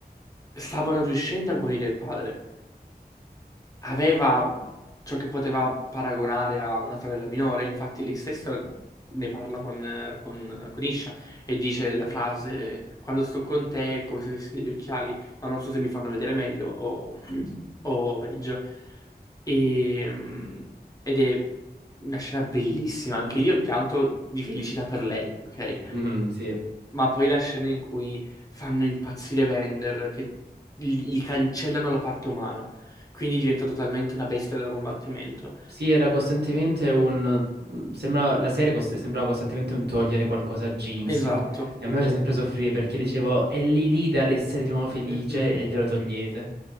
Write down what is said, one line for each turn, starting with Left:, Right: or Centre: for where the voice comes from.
Left: stavano riuscendo a guarire il padre. Aveva ciò che poteva paragonare a una sorella minore, infatti lei stessa ne parla con, eh, con, con Isha e dice la frase: Quando sto con te è come se avessi degli occhiali, ma non so se mi fanno vedere meglio o, o peggio. E, mm, ed è una scena bellissima. Anche lì ho pianto di felicità per lei, ok?
Right: Mhm, sì.
Left: Ma poi la scena in cui fanno impazzire Vander, che gli gli cancellano la parte umana, quindi diventa totalmente una bestia da combattimento.
Right: Sì, era costantemente un... sembrava- la serie cost- sembrava costantemente un togliere qualcosa a Jinx.
Left: Esatto.
Right: E a me faceva sempre soffrire perché dicevo, è lì lì dall'essere di nuovo felice
Left: Mhm.
Right: e glielo togliete.